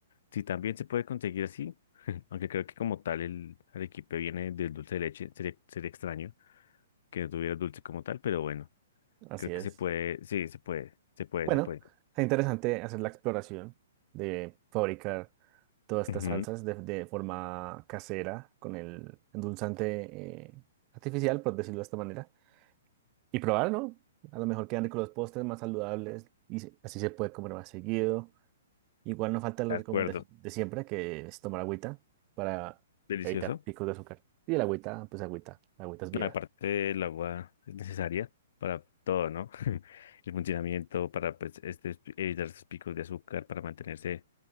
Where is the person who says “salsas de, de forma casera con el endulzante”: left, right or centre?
Right